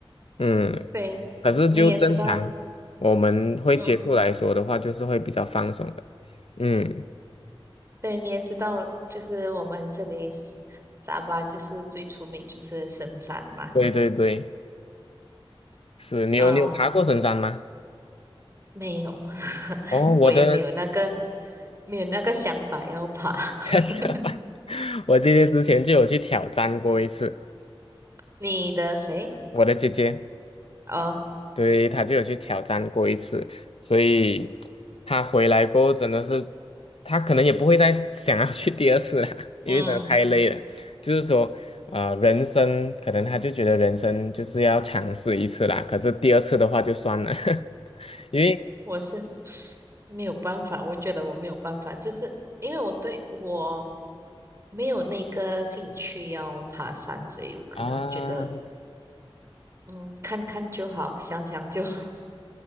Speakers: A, on the left; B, on the right.
A: 嗯，
B: 对，
A: 可是就正常我们会接触来说的话，
B: 你也知道，嗯，
A: 就是会比较放松的。嗯，
B: 对，你也知道，就是我们这里是沙巴就是最出名就是神山嘛，
A: 对对对，是你有你有爬过神山吗？
B: 嗯，没有，<laughs>
A: 哦，我的，
B: 我也没有那个没有那个想法要爬。
A: <laughs>
B: <laughs>
A: 我姐姐之前就有去挑战过一次，
B: 你的谁？
A: 我的姐姐。
B: 哦，
A: 对，他就有去挑战过一次，所以 <tsk> 他回来过后真的是，他可能也不会再 <laughs> 想要去第二次了，因为真的太累了。
B: 嗯，
A: 就是说，呃，人生可能他就觉得人生就是要尝试一次啦，可是第二次的话就算了，<laughs> 因为
B: 我是没有办法，我觉得我没有办法，就是因为我对我没有那个兴趣要爬山，所以我可能觉得，
A: 啊。
B: 嗯，看看就好，想想就好，